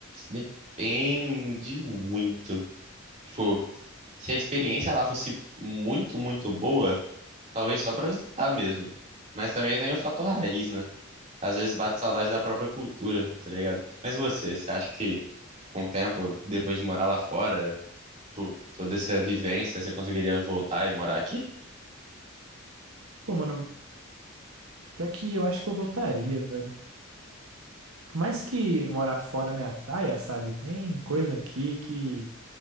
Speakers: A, on the right; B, on the right.
A: depende muito. Tipo, se a experiência lá fosse muito, muito boa, talvez só pra visitar mesmo. Mas também tem o fator raiz, né? Às vezes bate saudade da própria cultura, tá ligado? Mas você, você acha que com o tempo, depois de morar lá fora, tipo, toda essa vivência, você conseguiria voltar e morar aqui?
B: Pô, mano, pior que eu acho que eu voltaria, velho. Por mais que morar fora me atraia, sabe? Tem coisa aqui que,